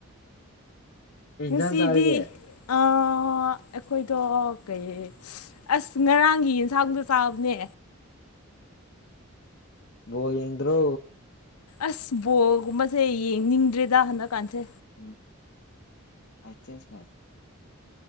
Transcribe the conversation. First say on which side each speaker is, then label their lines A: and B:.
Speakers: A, on the left (about 50°); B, on the left (about 85°).
A: ꯀꯩ ꯏꯟꯖꯥꯡ
B: ꯁꯤꯗꯤ
A: ꯆꯥꯔꯒꯦ
B: ꯑ ꯑꯣ ꯑꯩꯈꯣꯏꯗꯣ ꯀꯩ ꯑꯁ ꯉꯔꯥꯡꯒꯤ ꯌꯦꯟꯁꯥꯡꯗꯣ ꯆꯥꯕꯅꯦ
A: ꯑ ꯣꯜ ꯏꯗ꯭ꯔꯣ
B: ꯑꯁ ꯕꯣꯜꯒꯨꯝꯕꯁꯦ ꯌꯦꯡꯅꯤꯡꯗ꯭ꯔꯦꯗ ꯍꯟꯗꯛꯀꯥꯟꯁꯦ
A: ꯎꯝꯆꯦꯟꯖ ꯃꯥꯏ